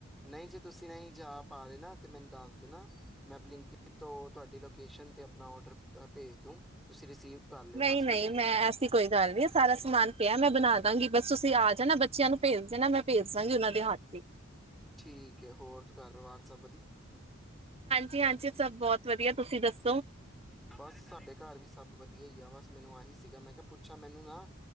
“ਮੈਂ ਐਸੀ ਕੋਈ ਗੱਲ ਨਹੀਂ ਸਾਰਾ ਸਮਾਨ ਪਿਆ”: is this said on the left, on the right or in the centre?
Right